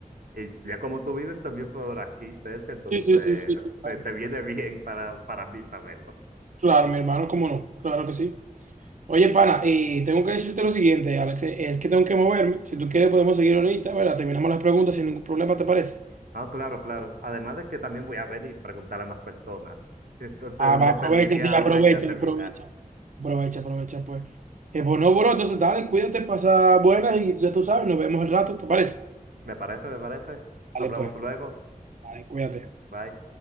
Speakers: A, on the right; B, on the right.
A: Y ya como tú vives también por aquí cerca, entonces
B: Sí, sí, sí, sí, sí, claro.
A: te, te viene bien para, para mí saberlo.
B: Claro, mi hermano, cómo no, claro que sí. Oye, pana, eh, tengo que decirte lo siguiente, Alex, eh, es que tengo que moverme. Si tú quieres podemos seguir ahorita, ¿verdad? Terminamos las preguntas sin ningún problema, ¿te parece?
A: Ah, claro, claro. Además de que también voy a ver y preguntar a más personas. <laughs> Entonces
B: Ah, va,
A: me
B: aprovecha,
A: serviría
B: sí,
A: ahora
B: aprovecha,
A: ya terminar.
B: aprovecha. Aprovecha, aprovecha, pues. Eh, pues no, bro, entonces dale, cuídate, pasa buenas y ya tú sabes, nos vemos el rato, ¿te parece?
A: ¿Me parece? ¿Me parece?
B: Dale,
A: Hablamos
B: pues,
A: luego.
B: dale, cuídate.
A: Bye.